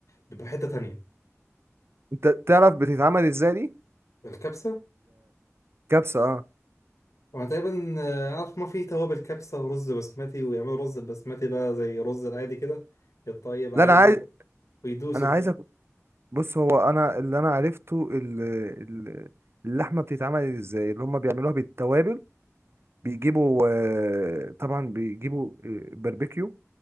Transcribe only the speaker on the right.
انت تعرف بتتعمل ازاي دي
الكبسه اه
لا انا عايز
انا
عايز بص هو انا اللي انا عرفته ال- ال- اللحمه بتتعمل ازاي اللي هم بيعملوها بالتوابل بيجيبوا آه، طبعا بيجيبوا آه، باربيكيو